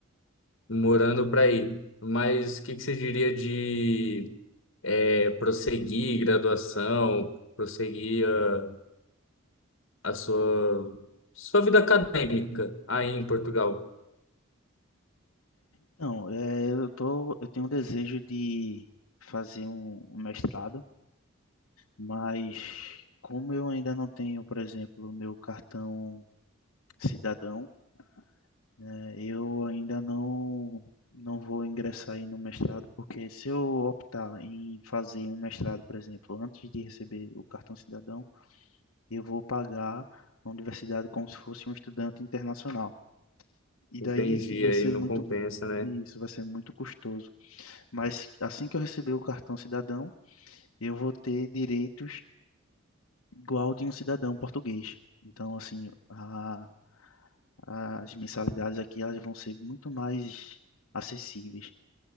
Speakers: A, on the left; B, on the left.
A: morando para aí, Mas o que que você diria de é, prosseguir graduação, prosseguir a, a sua, sua vida acadêmica aí em Portugal?
B: Então, eh, eu tô, eu tenho um desejo de fazer um um mestrado, mas como eu ainda não tenho, por exemplo, o meu cartão cidadão, né? Eu ainda não não vou ingressar aí no mestrado, porque se eu optar em fazer um mestrado, por exemplo, antes de receber o cartão cidadão, eu vou pagar a universidade como se fosse um estudante internacional. E
A: Entendi,
B: daí isso vai
A: aí
B: ser
A: não
B: muito
A: compensa, né?
B: Isso vai ser muito custoso. Mas assim que eu receber o cartão cidadão, eu vou ter direitos igual de um cidadão português. Então, assim, a, as mensalidades aqui elas vão ser muito mais acessíveis.